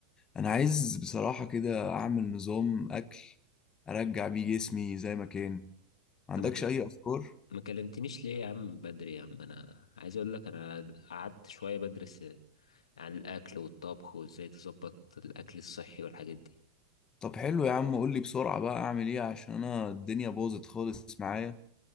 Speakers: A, on the left; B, on the left.
A: انا عايز بصراحه كده اعمل نظام اكل ارجع بيه جسمي زي ما كان ما عندكش
B: طب ما ك-
A: اي افكار
B: ما كلمتنيش ليه يا عم بدري يا عم انا عايز اقول لك انا قعدت شويه بدرس عن الاكل والطبخ وازاي تظبط الاكل الصحي والحاجات دي
A: طب حلو يا عم قول لي بسرعه بقى اعمل ايه عشان انا الدنيا باظت خالص معايا